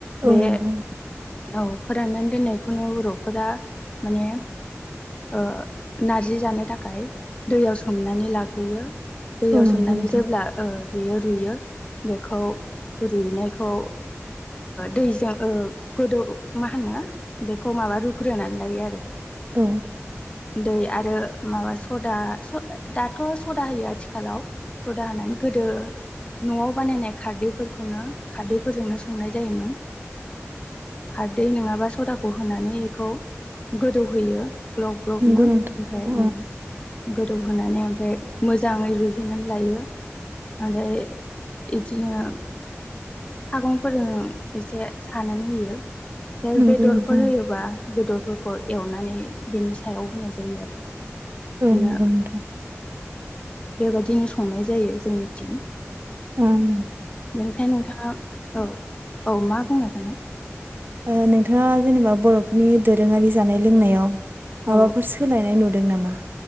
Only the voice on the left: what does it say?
बे
औ फोराननानै दोननायखौनो बर'फोरा माने ओ नारजि जानो थाखाय दैयाव सोमनानै लाग्रोयो दैयाव
सोमनानै
जेब्ला बेयो रुयो बेखौ रुइनायखौ दैजों गोदौ मा होनो बेखौ माबा रुग्रोनानै लायो आरो
दै आरो माबा सदा दाथ' सदा होयो आथिखालाव सदा होनानानै गोदो न'आव बानायनाय खारदैफोर नो खारदैफोरजोंनो संनाय जायोमोन खारदै नङाबा सदाखौ होनानै बेखौ गोदौहोयो ग्लब ग्लबनो
ओमफ्राय
ओ गोदौहोनानै ओमफ्राय मोजाङै रुहैनानै लायो आरो इदिनो सागंफोरजों एसे सानानै होयो। बेहाय
बेदरफोर
होयोबा बेदरफोरखौ एवनानै बेनि सायाव होनाय जायो आरो।
बिदिनो
बेबायदिनो संनाय जायो जोंनिथिं।
बेनिफ्रायाय नोंथाङा औ औ मा बुंनो सानो?
औ